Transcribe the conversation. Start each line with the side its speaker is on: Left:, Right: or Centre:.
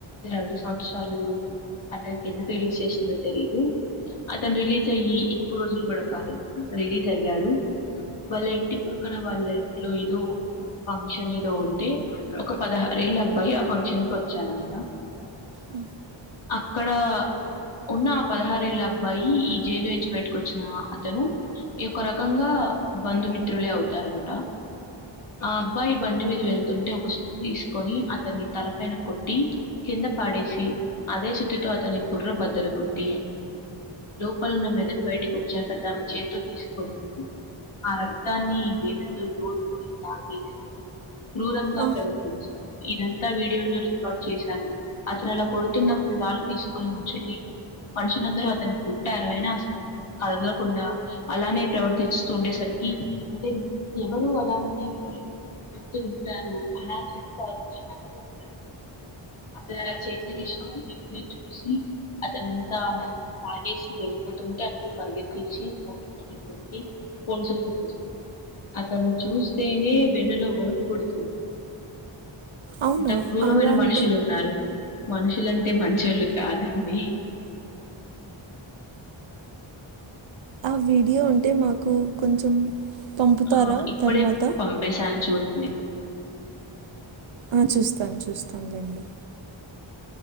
Left: రెండు సంవత్సరాలు అనికి ఎందుకు రిలీజ్ చేసిందో తెలీదు అతను రిలీజ్ అయ్యి ఎక్కువ రోజులు కూడా కాలేదు రిలీజ్ అయ్యాడు వాళ్ళ ఇంటి పక్కన వాళ్ళ ఇంట్లో ఏదో ఫంక్షన్ ఏదో ఉంటే ఒక పదహారేళ్ళ అబ్బాయి ఆ ఫంక్షన్ కి వచ్చారంట
Right: ఆ
Left: అక్కడ ఉన్న ఆ పదహారేళ్ళ అబ్బాయి ఈ జైలు నుంచి పెట్టుకొచ్చిన అతను ఈయ ఒక రకంగా బంధుమిత్రులే అవుతారంట ఆ అబ్బాయి బండి మీద వె ంటే ఒక చుట్ తీసుకొని అతన్ని తలపైన కొట్టి కింద పాడేసి అదే సతితో అతని బుర్ర బద్దలు కొట్టి లోపలున్న మెదడు బయటి వచ్చాక దాని చేతి తీసుకుంటూ ఆ రక్తాన్ని వే డుకుని తగసి క్రూరంగా
Right: ఆ,
Left: ప్రవర్తించారు ఇదంతా వీడియోలో రికార్డ్ చేశారు అతను అలా కొడుతున్నప్పుడు రాళ్లుు తీసుకొని మనుషుని మనుషులందరూ అతని పుట్టారు అయినా అసలు కదలకుండా అలానే ప్రవర్తిస్తూ ఉండేసరికి అంటే ఎవరు అలాంటి వ్యక్తులు ఉంటారు అలా చేస్తారు అలాగుంటారు అట్ల చెక్ చేసినవా నిప్పుని చూసి అతనంతా అంతా తాగేసి వెళ్ళిపోతుంటే అందరు పరుగేతిచి పట్టుకొని కొట్టి పోలీసోలకు అప్ప జెప్పారు అతను చూస్తేనే వెన్నులో వనుకు పుడుతుంది
Right: అవునా
Left: ఇంత క్రూరమైన
Right: అలాంటి
Left: మనుషులు ఉన్నారు మనుషులు ఇలాంటి మంచోళ్ళు కాదండి
Right: ఆ వీడియో ఉంటే మాకు కొంచెం పంపుతారా
Left: ఆ ఇప్పుడే
Right: తర్వాత
Left: పంపేశాను చూడండి
Right: ఆ చూస్తాను చూస్తాను లేండి